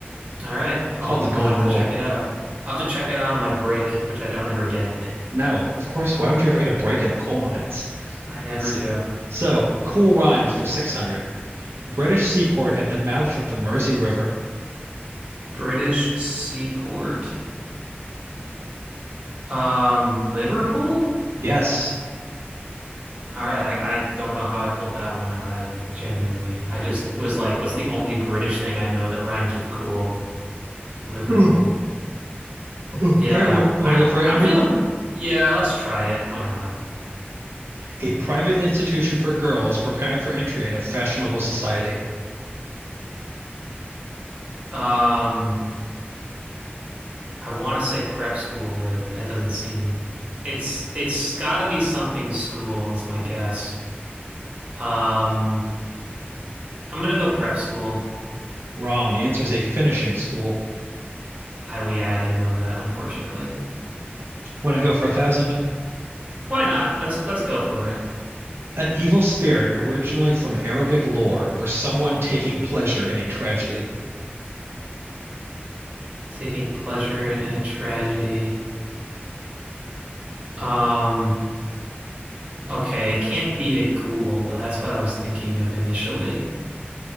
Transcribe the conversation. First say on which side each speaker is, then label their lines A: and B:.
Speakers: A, on the right; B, on the right.
A: All right, I'll
B: called the Golden
A: I'll have
B: Rule.
A: to check it out. I'll have to check it out on my break, which I don't ever get.
B: No, of course. Why would you ever get a break in the coal mines?
A: I never
B: S-
A: do.
B: So, cool rhymes for 600. British seaport at the mouth of the Mersey River.
A: British seaport. Um, Liverpool?
B: Yes.
A: All right, I I don't know how I pulled that one out. I genuinely, I just was like, what's the only British thing I know that rhymes with cool? Liverpool.
B: <laughs> Ooh, ooh.
A: Yeah,
B: All right, w- want
A: I
B: to go for 800?
A: I'm feeling. Yeah, let's try it. Why not?
B: A private institution for girls preparing for entry into fashionable society.
A: Um. I want to say prep school, but that doesn't seem it's it's got to be something school is my guess. Um, I'm gonna go prep school.
B: Wrong. The answer is a finishing school.
A: I well, yeah, I didn't know that, unfortunately.
B: Want to go for 1000?
A: Why not? Let's let's go for it.
B: An evil spirit originally from Arabic lore or someone taking pleasure in a tragedy.
A: Taking pleasure in a tragedy. Um, okay, it can't be a ghoul, but that's what I was thinking of initially.